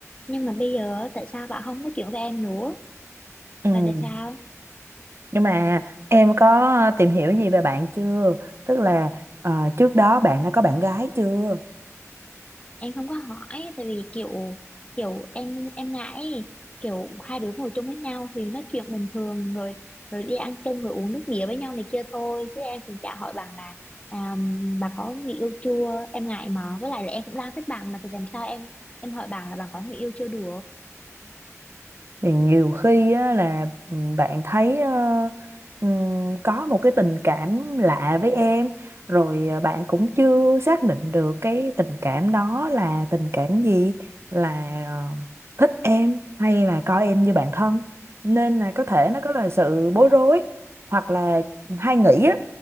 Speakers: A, on the left; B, on the right.
A: nhưng mà bây giờ á, tại sao bạn không nói chuyện với em nữa
B: Ừ.
A: là tại sao
B: Nhưng mà em có tìm hiểu gì về bạn chưa? Tức là ờ, trước đó bạn đã có bạn gái chưa?
A: em không có hỏi tại vì kiểu kiểu em em ngại ấy. kiểu hai đứa ngồi chung với nhau thì nói chuyện bình thường rồi rồi đi ăn chung rồi uống nước bia với nhau này kia thôi chứ em cũng chả hỏi bạn là à, bà có người yêu chưa em ngại mà với lại là em cũng đang thích bạn mà thì làm sao em em hỏi bạn là bạn có người yêu chưa được
B: Thì nhiều khi á, là ừ, bạn thấy ờ, ừm, có một cái tình cảm lạ với em rồi ờ, bạn cũng chưa xác định được cái tình cảm đó là tình cảm gì là ờ, thích em hay là coi em như bạn thân nên là có thể nó có là sự bối rối hoặc là hay nghĩ á,